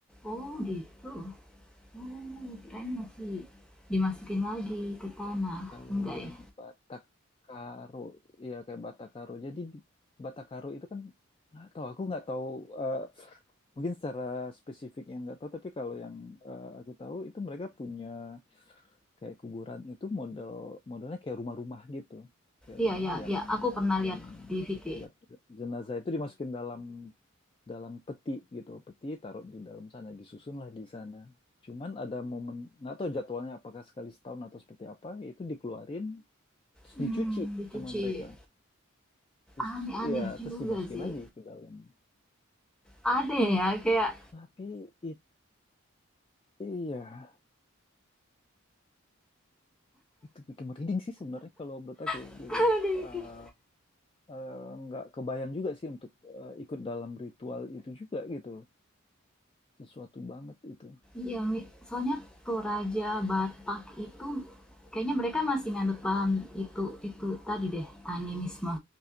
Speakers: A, in the centre; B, on the left.
A: Oh gitu. Oh, kirain masih dimasukin lagi ke tanah.
B: Kalau
A: Enggak
B: yang
A: ya?
B: Batak Karo, ya kayak Batak Karo. Jadi di- Batak Karo itu kan nggak tahu, aku nggak tahu eh, mungkin secara spesifik yang nggak tahu, tapi kalau yang eh, aku tahu itu mereka punya kayak kuburan itu model modelnya kayak rumah-rumah gitu kayak
A: Iya,
B: rumah
A: ya
B: yang
A: ya Aku pernah lihat
B: yang
A: di VT.
B: setiap jenazah itu dimasukin dalam dalam peti gitu peti taruh di dalam sana disusunlah di sana cuman ada momen nggak tahu jadwalnya apakah sekali setahun atau seperti apa itu dikeluarin terus
A: Hmm,
B: dicuci
A: dicuci.
B: sama mereka terus
A: Aneh-aneh
B: ya
A: juga
B: terus dimasukin
A: sih.
B: lagi ke dalam
A: Ada ya, kayak...
B: tapi itu ya itu bikin merinding sih sebenarnya kalau menurut aku
A: <laughs>
B: gitu
A: ada
B: Ah,
A: kayak-
B: eh, nggak kebayang juga sih untuk eh, ikut dalam ritual itu juga gitu loh. Sesuatu banget itu.
A: Iya, Mi. Soalnya Toraja Batak itu kayaknya mereka masih nganut paham itu itu tadi deh animisme